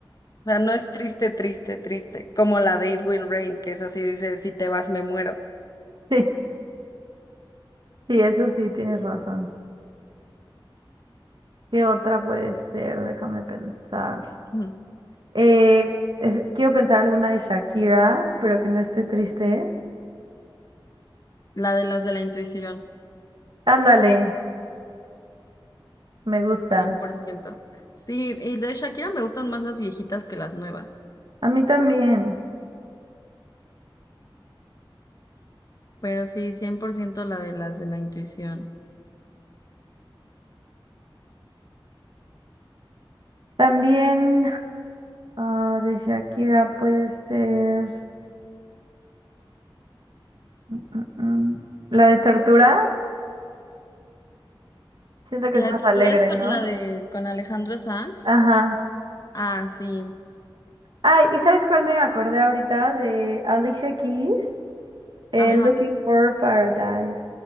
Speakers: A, on the left; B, on the right.
A: O sea, no
B: Sí, <laughs>
A: es triste, triste, triste, como la de It Will Rain, que es así, dice, si te vas me muero.
B: sí, sí, eso sí, tienes razón. ¿Qué otra puede ser? Déjame pensar.
A: Ujú.
B: Eh, es- quiero pensar alguna de Shakira, pero que no esté triste.
A: La de las de la intuición,
B: Ándale, me gusta.
A: cien por ciento. Sí, y de Shakira me gustan más las viejitas que las nuevas.
B: A mí también.
A: Pero sí, 100% la de las de la intuición.
B: También ah, de Shakira puede ser mm, mm, la de Tortura. Siento que
A: La
B: es más
A: de tortura
B: alegre,
A: es con,
B: ¿no?
A: la de con Alejandro Sanz.
B: Ajá.
A: Ah, sí.
B: Ay, ¿y sabes cuál me acordé ahorita? De Alicia Keys, eh,
A: Ajá.
B: Looking for Paradise.